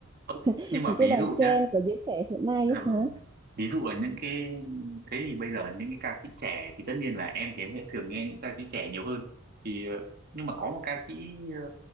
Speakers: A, on the right (about 45°); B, on the right (about 20°).
A: Ô,
B: <laughs>
A: Nhưng mà
B: những cái
A: ví
B: bài
A: dụ
B: trend
A: nhé
B: của giới trẻ hiện nay
A: Dạ
B: á
A: vâng.
B: hả
A: Ví dụ ở những cái thế thì bây giờ những cái ca sĩ trẻ thì tất nhiên là em thì em sẽ thường nghe những ca sĩ trẻ nhiều hơn thì ờ, nhưng mà có một ca sĩ ờ,